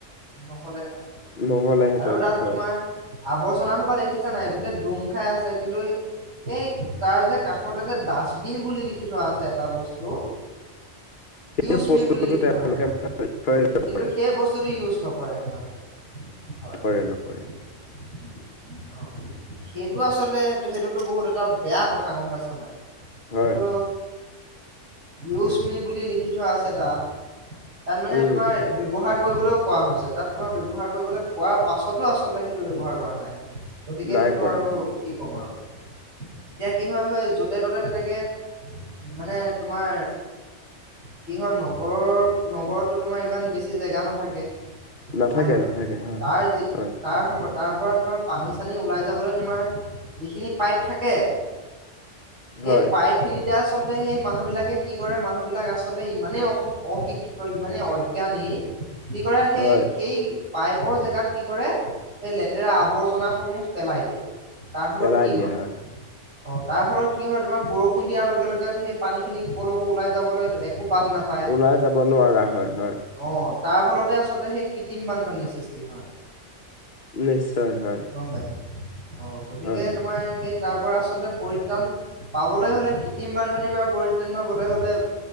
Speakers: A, on the right (about 80°); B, on the left (about 45°).
A: নহ'লেহেঁতেন।
B: নহ'লেহেঁতেন
A: আৰু তাত
B: হয়
A: তোমাৰ আৱৰ্জনা সোপা দেখিছা নাই গোটেই দম খাই আছে কিন্তু এই তাৰ যে কাষতে যে ডাষ্টবিন বুলি লিখি থোৱা আছে এটা বস্তু
B: সেই
A: ইউজ
B: বস্তুটো
A: মি বুলি লিখি
B: তেওঁলোকে
A: থোৱা থাকে তাত
B: লক্ষ্যই নকৰে
A: কিন্তু সেই বস্তুটো ইউজ নকৰে সিহঁতে হয়
B: কৰে
A: হয়।
B: নকৰে
A: উ। অ' সেইটো আচলতে সেইটোতো বহুত এটা বেয়া কথা গ'ম পাইছ নাই। সেইটো
B: হয়
A: ইউজ মি বুলি লিখি থোৱা আছে তাত। তাত মানে
B: উম
A: তোমাৰ ব্যৱহাৰ কৰিবলৈও কোৱা হৈছে, তাত তোমাৰ ব্যৱহাৰ কৰিবলৈ কোৱা পাছতো আচলতে সেইটো ব ব্যয়ৱহাৰ কৰা নাই। গতিকে
B: নাই
A: সেইটো
B: কৰা
A: আৰু
B: হয়
A: কি? ক'ম আৰু, এতিয়া কি হয় হয় য'তে ত'তে তেনেকে মানে তোমাৰ কি হয় নগৰৰ নগৰত তো তোমাৰ ইমান বেছি জেগা নাথাকে
B: নাথাকে
A: হয় নহয়।
B: নাথাকে হয় হয়
A: তাৰ সময় তাৰ পৰা তোমাৰ পানী -চানী ওলাই যাবলৈ তোমাৰ যিখিনি পাইপ থাকে
B: হয়
A: এই পাইপ খিনিতে আচলতে সেই মানুহ বিলাকে কি কৰে, মানুহ বিলাক আচলতে ইমানেই অ অশিক্ষিত ইমানেই অজ্ঞানী কি কৰে সেই
B: হয়
A: সেই পাইপৰ জেগাত কি কৰে সেই লেতেৰা আৱৰ্জনাস সমূহ পেলাই দিয়ে। তাৰ ফলত
B: পেলাই
A: কি
B: দিয়ে
A: হয় অ' তাৰ ফলত কি হয় তোমাৰ বৰষুণ দিয়াৰ লগে লগে সেই পানী খিনি কলৈকো ওলাই যাবলৈ একো বাট নাপায়।
B: ওলাই যাব নোৱাৰা হয় হয়
A: অ' তাৰ ফলতে আচলতে সেই কৃত্ৰিম বানপানীৰ সৃষ্টি হয়।
B: নিশ্চয় হয়।
A: গ'ম পাইছা অ গতিকে
B: হয় হয়
A: তোমাৰ সেই তাৰ পৰা আচলতে পৰিত্ৰাণ পাবলৈ হ'লে কৃত্ৰিম বানপানীৰ পৰা পৰিত্ৰাণ পাবলৈ হ'লে